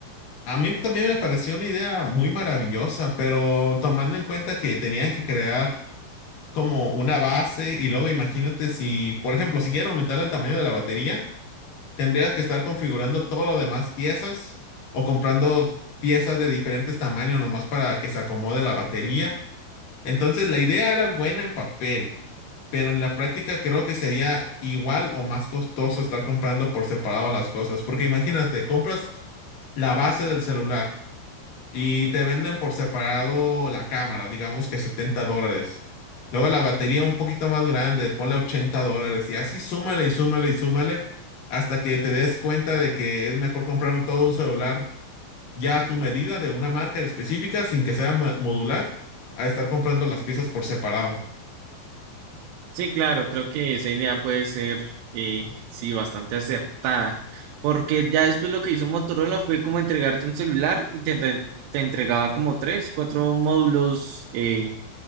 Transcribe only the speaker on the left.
A mí también me pareció una idea muy maravillosa, pero tomando en cuenta que tenían que crear como una base y luego imagínate si, por ejemplo, si quieren aumentar el tamaño de la batería, tendrías que estar configurando todo lo demás piezas o comprando piezas de diferentes tamaños nomás para que se acomode la batería. Entonces la idea era buena en papel, pero en la práctica creo que sería igual o más costoso estar comprando por separado las cosas, porque imagínate, compras la base del celular y te venden por separado la cámara, digamos que 70 dólares. Luego la batería un poquito más grande, ponle 80 dólares. Y así súmale y súmale y súmale hasta que te des cuenta de que es mejor comprar un todo un celular ya a tu medida de una marca específica sin que sea mo- modular a estar comprando las piezas por separado.